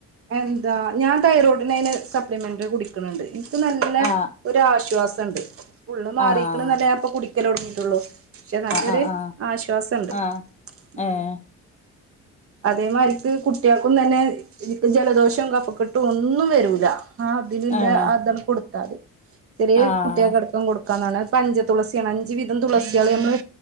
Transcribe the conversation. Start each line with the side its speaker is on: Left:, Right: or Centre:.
Right: എന്താ ഞാൻ തൈറോയിഡിന് അയിന് സപ്ലിമെന്ററി കുടിക്ക്ണ്‌ ണ്ട് ഇനിക്ക് നല്ല
Left: ആഹ്
Right: ഒരാശ്വാസണ്ട് ഫുള്ള് മാറീക്ക്ണ്ന്നല്ല
Left: ആഹ്
Right: ഞാൻ ഇപ്പൊ കുടിക്കലൊടങ്ങീട്ടൊള്ളു പക്ഷെ നല്ലൊരു
Left: ആഹ് ആഹ്
Right: ആശ്വാസണ്ട്
Left: ആഹ് ആഹ്
Right: ഉം
Left: ഏഹ്
Right: അതേമാരിക്ക് കുട്ട്യാക്കും തന്നെ ഇപ്പൊ ജലദോഷം കഫക്കെട്ടും ഒന്നും വരൂല ആ അതിലിലള്ളെ
Left: ഏഹ്
Right: അതണ്ട് കൊട്ത്താല് ചെറിയ
Left: ആഹ്
Right: കുട്ട്യാക്കടക്കം കൊട്ക്കും ണ് അത്‌ പഞ്ച തുളസിയാണ് അഞ്ച് വീതം തുളസ്യാള് നമ്മള്